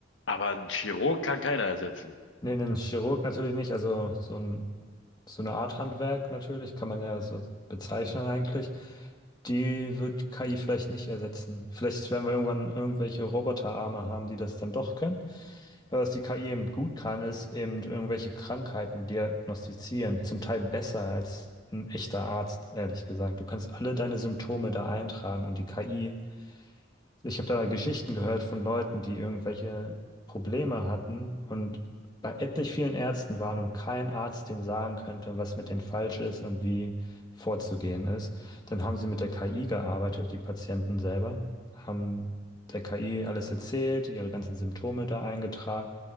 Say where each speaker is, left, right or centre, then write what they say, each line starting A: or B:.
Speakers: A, on the left; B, on the left.
A: aber ein Chirurg kann keiner ersetzen.
B: Nee, einen Chirurg natürlich nicht, also so ein, so eine Art Handwerk natürlich, kann man ja so bezeichnen eigentlich. Die wird KI vielleicht nicht ersetzen. Vielleicht werden wir irgendwann irgendwelche Roboterarme haben, die das dann doch können. Aber was die KI eben gut kann, ist eben irgendwelche Krankheiten diagnostizieren, zum Teil besser als ein echter Arzt, ehrlich gesagt. Du kannst alle deine Symptome da eintragen und die KI Ich habe da Geschichten gehört von Leuten, die irgendwelche Probleme hatten und bei etlich vielen Ärzten waren und kein Arzt denen sagen könnte, was mit denen falsch ist und wie vorzugehen ist. Dann haben sie mit der KI gearbeitet, die Patienten selber, haben der KI alles erzählt, ihre ganzen Symptome da eingetragen